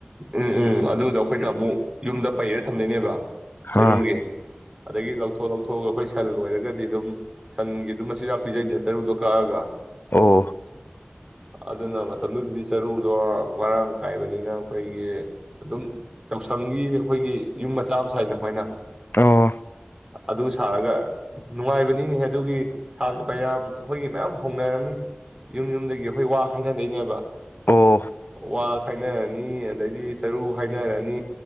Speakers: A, on the right (about 15°); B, on the left (about 60°).
A: ꯎꯝ ꯎꯝ ꯑꯗꯨꯗꯣ ꯑꯩꯈꯣꯏꯅ ꯑꯃꯨꯛ ꯌꯨꯝꯗ ꯄꯩꯔ ꯊꯝꯅꯣꯏꯅꯦꯕ ꯆꯔꯨꯒꯤ
B: ꯑꯥ
A: ꯑꯗꯒꯤ ꯂꯧꯊꯣꯛ ꯂꯧꯊꯣꯛ ꯍꯣꯏ ꯍꯣꯏ ꯑꯩꯈꯣꯏ ꯁꯟ ꯂꯣꯏꯔꯒꯗꯤ ꯑꯗꯨꯝ ꯁꯟꯒꯤ ꯑꯗꯨꯝ ꯃꯆꯤꯟꯖꯥꯛ ꯄꯤꯖꯩꯗꯅ ꯆꯔꯨꯗꯣ ꯀꯛꯑꯒ
B: ꯑꯣ
A: ꯑꯗꯨꯅ ꯃꯇꯝꯗꯨ ꯗꯗꯤ ꯆꯔꯨꯗꯣ ꯃꯔꯥꯡ ꯀꯥꯏꯕꯅꯤꯅ ꯑꯩꯈꯣꯏꯒꯤ ꯑꯗꯨꯝ ꯌꯥꯎꯁꯪꯒꯤ ꯑꯩꯈꯣꯏꯒꯤ ꯌꯨꯝ ꯃꯆꯥ ꯑꯃ ꯁꯥꯏꯗ ꯑꯩꯈꯣꯏꯅ
B: ꯑꯣ
A: ꯑꯗꯨ ꯁꯥꯔꯒ ꯅꯨꯡꯉꯥꯏꯕꯅꯤꯍꯦ ꯑꯗꯨꯒꯤ ꯁꯥ ꯄꯌꯥ ꯑꯩꯈꯣꯏꯒꯤ ꯃꯌꯥꯝ ꯍꯧꯅꯔꯅꯤ ꯌꯨꯝ ꯌꯨꯝꯗꯒꯤ ꯑꯩꯈꯣꯏ ꯋꯥ ꯈꯥꯏꯅꯗꯣꯏꯅꯦꯕ
B: ꯑꯣ
A: ꯋꯥ ꯈꯥꯏꯅ ꯅꯤ ꯑꯗꯩꯗꯤ ꯆꯔꯨ ꯈꯥꯏꯅꯔꯛꯑꯅꯤ